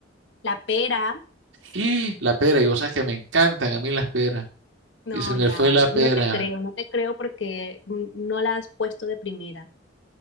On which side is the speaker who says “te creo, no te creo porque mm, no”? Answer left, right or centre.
Left